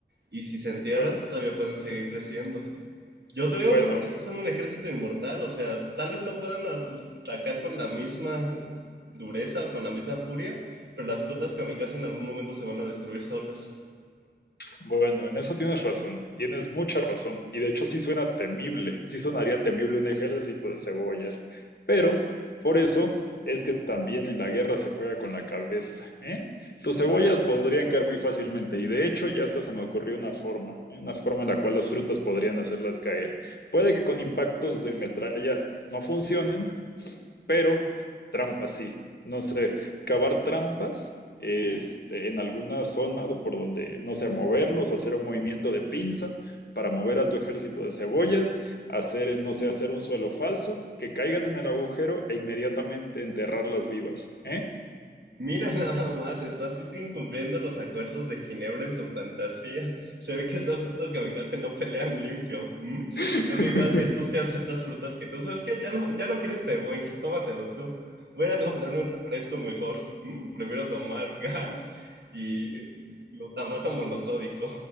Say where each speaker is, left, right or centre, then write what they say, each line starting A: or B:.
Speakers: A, on the right; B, on the left.
A: Y si se entierran,
B: Bueno,
A: todavía pueden seguir creciendo. Yo te digo
B: bueno,
A: que por eso son un ejército inmortal. O sea, tal vez no puedan atacar con la misma dureza o con la misma furia, pero las frutas kamikaze en algún momento se van a destruir solas.
B: bueno, en eso tienes razón, tienes mucha razón, y de hecho sí suena temible, sí sonaría temible un ejército de cebollas, pero por eso es que también en la guerra se juega con la cabeza, ¿eh? Tus cebollas podrían caer muy fácilmente, y de hecho ya hasta se me ocurrió una forma, ¿eh? una forma en la cual las frutas podrían hacerlas caer. Puede que con impactos de metralla no funcionen, Pero trampas sí, no sé, cavar trampas este, en alguna zona do- por donde, no sé, moverlos, hacer un movimiento de pinza para mover a tu ejército de cebollas, hacer, no sé, hacer un suelo falso, que caigan en el agujero e inmediatamente enterrarlas vivas, ¿eh?
A: Mira <laughs> nada más, estás incumpliendo los acuerdos de Ginebra en tu fantasía. Se ve que esas frutas kamikaze no pelean limpio. ¿m?
B: <laughs>
A: Son igual de sucias esas frutas que tú. ¿Sabes que Ya no, ya no quieres té Boeing, tómatelo tú. Voy a ir a comprarme un refresco mejor. ¿m? Prefiero tomar <laughs> gas y eh, glutamato monosódico.